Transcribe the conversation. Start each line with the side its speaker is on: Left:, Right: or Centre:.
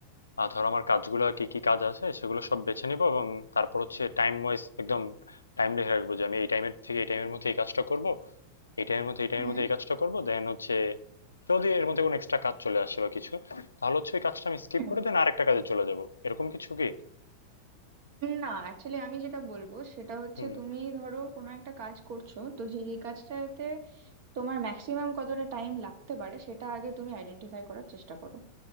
Left: আহ, ধরো আমার কাজগুলো কি কি কাজ আছে সেগুলো সব বেছে নিব এবং তারপর হচ্ছে টাইম ওয়াইজ একদম টাইম দেখে রাখবো যে আমি এই টাইমের থেকে এই টাইমের মধ্যে এই কাজটা করব এই টাইমের মধ্যে এই টাইমের
Right: হুম
Left: মধ্যে এই কাজটা করবো দেন হচ্ছে যদি এর মধ্যে কোনো এক্সট্রা কাজ চলে আসে বা কিছু তাহলে হচ্ছে ওই কাজটা আমি স্কিপ
Right: হুম।
Left: করে দেন আরেকটা কাজে চলে যাব এরকম কিছু কি
Right: না অ্যাকচুয়ালি আমি যেটা বলবো সেটা হচ্ছে
Left: হুম
Right: তুমি ধরো কোনো একটা কাজ করছো তো যে এই কাজটাতে তোমার ম্যাক্সিমাম কতটা টাইম লাগতে পারে সেটা আগে তুমি আইডেন্টিফাই করার চেষ্টা করো